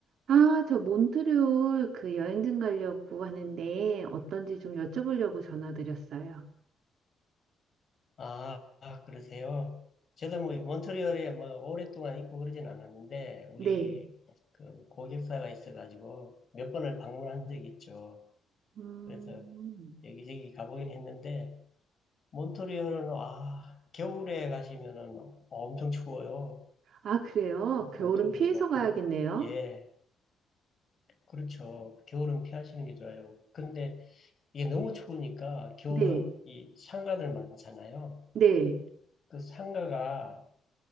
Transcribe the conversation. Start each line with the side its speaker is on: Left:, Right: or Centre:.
Right: 아, 저 몬트리올 그 여행진 가려고 하는데 어떤지 좀 여쭤보려고 전화드렸어요.
Left: 아, 아, 그러세요? 저도 뭐 몬트리올에 뭐 오랫동안 있고 그러진 않았는데 우리
Right: 네.
Left: 그 고객사가 있어가지고 몇 번을 방문한 적이 있죠.
Right: 음.
Left: 그래서 여기저기 가보긴 했는데 몬트리올은 아 겨울에 가시면은 엄청 추워요.
Right: 아, 그래요? 겨울은
Left: 몬트리올
Right: 피해서
Left: 만큼
Right: 가야겠네요.
Left: 예 그렇죠. 겨울은 피하시는 게 좋아요. 근데 이게 너무 추우니까 겨울은
Right: 네.
Left: 이 상가들 많잖아요.
Right: 네.
Left: 그 상가가